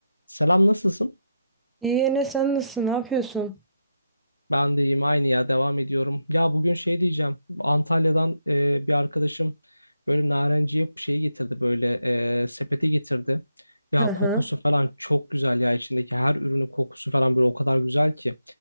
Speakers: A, on the left (about 85°); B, in the centre.
A: Selam nasılsın?
B: İyi Ene sen nasılsın? Ne yapıyorsun?
A: Ben de iyiyim aynı ya devam ediyorum. Ya bugün şey diyeceğim. Antalya'dan e, bir arkadaşım böyle narenciye şeyi getirdi böyle e, sepeti getirdi. Ya
B: Hı hı.
A: kokusu falan çok güzel ya içindeki her ürünün kokusu falan böyle o kadar güzel ki.